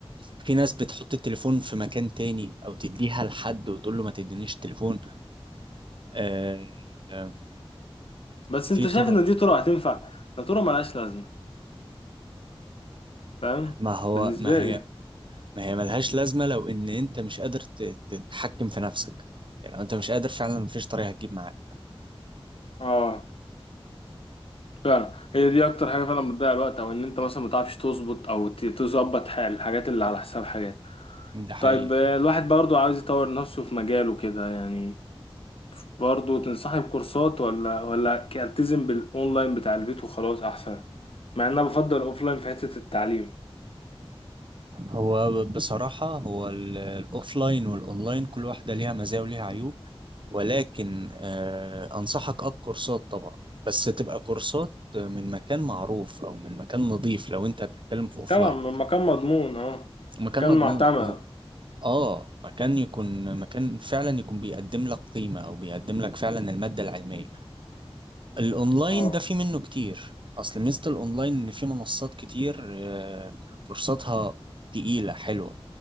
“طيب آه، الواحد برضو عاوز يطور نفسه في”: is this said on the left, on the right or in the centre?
Left